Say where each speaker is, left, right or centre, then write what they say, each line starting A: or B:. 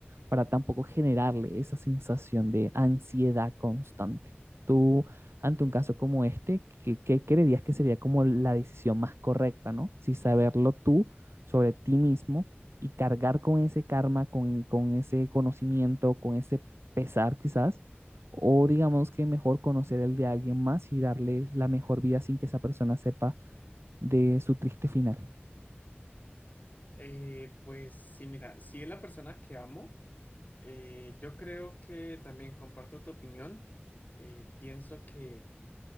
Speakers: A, on the right (about 80°); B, on the left (about 40°).
A: para tampoco generarle esa sensación de ansiedad constante. Tú, ante un caso como este, ¿qué, qué creerías que sería como la decisión más correcta, ¿no? Si saberlo tú sobre ti mismo y cargar con ese karma, con, con ese conocimiento, con ese pesar quizás, o digamos que mejor conocer el de alguien más y darle la mejor vida sin que esa persona sepa de su triste final.
B: Eh, pues sí, mira, si es la persona que amo, eh, yo creo que también comparto tu opinión. Eh, pienso que